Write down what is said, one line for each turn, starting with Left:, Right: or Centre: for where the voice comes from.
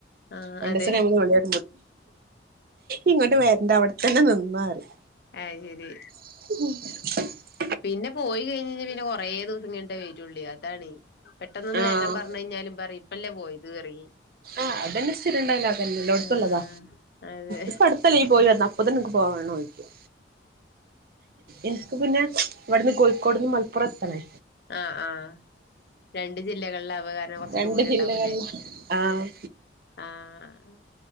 Left: ആഹ്
Right: രണ്ട
Left: അതെ
Right: ദിവസം കഴളിയ ഇങ്ങോട്ട് വരണ്ട അവിടെ തന്നെ നിന്ന റിയും
Left: അഹ് ശരി
Right: ഓ <unintelligible>
Left: പിന്നെ പോയി കഴിഞ്ഞഞ് പിന്നെ കൊറേ ദിവസം കഴിഞ്ഞിട്ടേ വരോള്ളെ അതാണേ പെട്ടെന്നന്ന്
Right: ആഹ്
Left: വരാൻ പറഞ്ഞു കഴിഞ്ഞാലും പറയും ഇപ്പല്ലേ പോയി ഇത് റയി
Right: ആ അതന്നെ സ്ഥിര ണ്ടയ ലോഗല്ലേ ല്ലോടുത്തുള്ളള്ളതാ
Left: ആഹ് അതെ
Right: ഇപ്പ അടുത്തല്ലേ ഈ പോയി വന്ന അപ്പ തനിക്ക് പോവാണോന്നോയിക്കും എനിക്ക് പിന്നെ ഇവിടുന്ന് കോഴിക്കോട്ന്ന് മലപ്പുറം എത്തണേ
Left: ആഹ ആഹ രണ്ട് ജില്ലകളില അ അവകാരണം കൊറച്ച്
Right: രണ്ട്
Left: ദൂര
Right: ജില്ലകളില
Left: ഇണ്ടാവല്ലേ
Right: ആഹ്
Left: ആഹ്